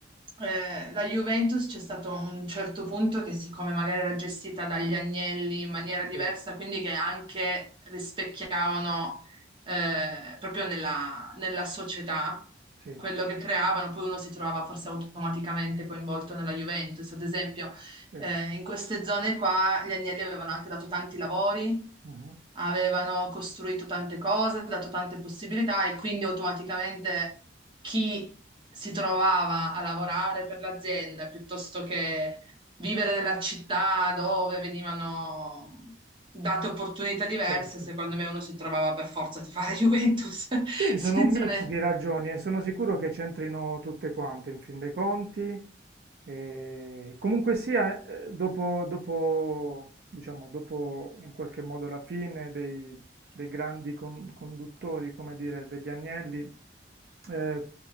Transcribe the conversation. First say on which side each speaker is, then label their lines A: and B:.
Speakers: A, on the right; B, on the right.
A: eh, la Juventus c'è stato un certo punto che, siccome magari era gestita dagli Agnelli in maniera diversa,
B: Sì,
A: quindi che anche rispecchiavano eh, proprio nella, nella società
B: sì,
A: quello che creavano, poi uno si trovava forse automaticamente coinvolto nella Juventus, ad esempio
B: sì.
A: eh, in queste zone qua gli agnelli avevano anche dato tanti lavori,
B: mhm,
A: avevano costruito tante cose, dato tante possibilità e quindi automaticamente chi si trovava a lavorare per l'azienda piuttosto che vivere nella città dove venivano date opportunità diverse,
B: Certo.
A: secondo me uno si trovava per forza a tifare Juventus <laughs>
B: Sì,
A: senza,
B: sono un mix
A: ne-
B: di ragioni e sono sicuro che c'entrino tutte quante in fin dei conti. E comunque sia, eh, dopo, dopo, diciamo, dopo in qualche modo la fine dei, dei grandi con- conduttori, come dire, degli agnelli, eh,